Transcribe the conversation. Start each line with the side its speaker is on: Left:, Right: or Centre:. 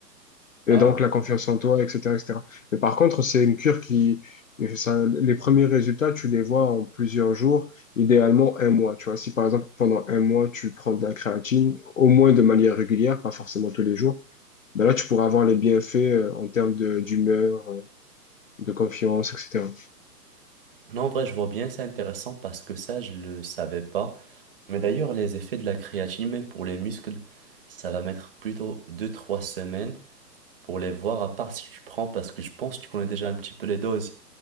Left: Et
Right: Ah,
Left: donc, la confiance en toi, etc., etc. Mais par contre, c'est une cure qui, ça, les premiers résultats, tu les vois en plusieurs jours, idéalement un mois. Tu vois, si par exemple, pendant un mois, tu prends de la créatine, au moins de manière régulière, pas forcément tous les jours, ben là, tu pourras avoir les bienfaits euh, en termes de, d'humeur, euh, de confiance, etc.
Right: non, en vrai, je vois bien, c'est intéressant parce que ça, je le savais pas. Mais d'ailleurs, les effets de la créatine, même pour les muscles, ça va mettre plutôt deux-trois semaines pour les voir, à part si tu prends, parce que je pense que tu connais déjà un petit peu les doses.